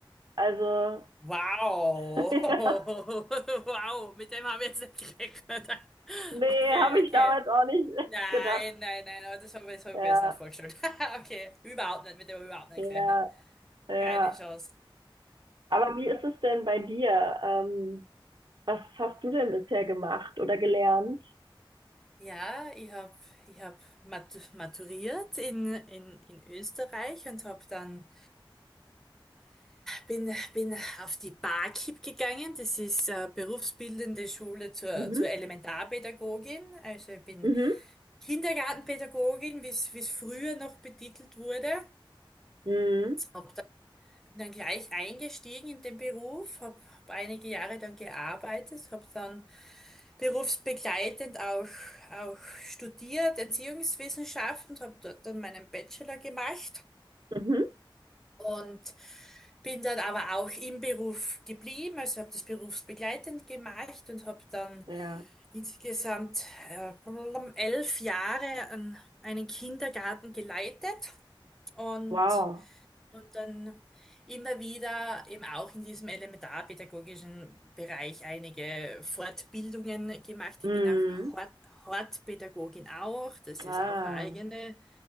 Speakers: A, on the right; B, in the centre.
A: Also,
B: Wow.
A: <laughs>
B: <laughs>
A: ja,
B: Wow, mit dem habe ich jetzt nicht gerechnet. <laughs>
A: nee,
B: Okay,
A: habe ich
B: okay.
A: damals auch nicht
B: Nein,
A: <laughs> gedacht.
B: nein, nein, aber das habe ich, das hab
A: Ja,
B: ich mir jetzt nicht vorgestellt. <laughs> Okay, überhaupt nicht, mit dem habe ich überhaupt nicht
A: ja,
B: gerechnet.
A: ja.
B: Keine Chance.
A: Aber wie ist es denn bei dir? Ähm, was hast du denn bisher gemacht oder gelernt?
B: Ja, ich habe ich hab matu- maturiert in, in, in Österreich und habe dann bin, bin auf die BAKIB gegangen. Das ist äh, berufsbildende Schule zur,
A: Mhm,
B: zur Elementarpädagogin. Also ich bin
A: mhm,
B: Kindergartenpädagogin, wie es wie es früher noch betitelt wurde.
A: mhm,
B: Hab dann, bin dann gleich eingestiegen in den Beruf, habe hab hab einige Jahre dann gearbeitet, habe dann berufsbegleitend auch, auch studiert, Erziehungswissenschaften, habe dort dann meinen Bachelor gemacht.
A: mhm.
B: Und bin dann aber auch im Beruf geblieben, also habe das berufsbegleitend gemacht und habe dann
A: Ja,
B: insgesamt äh, elf Jahre an einen Kindergarten geleitet und,
A: wow.
B: und dann immer wieder eben auch in diesem elementarpädagogischen Bereich einige Fortbildungen gemacht.
A: Mhm.
B: Ich bin auch Hort, Hortpädagogin auch, das
A: Ah,
B: ist auch eine eigene